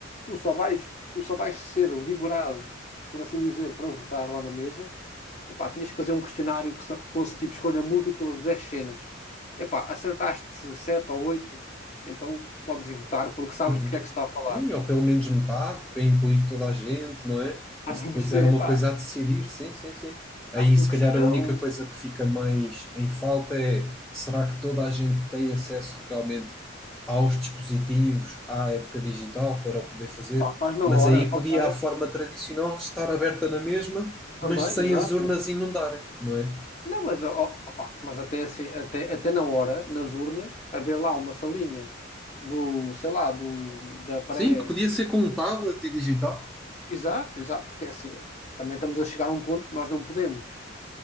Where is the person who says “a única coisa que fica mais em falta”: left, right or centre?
Centre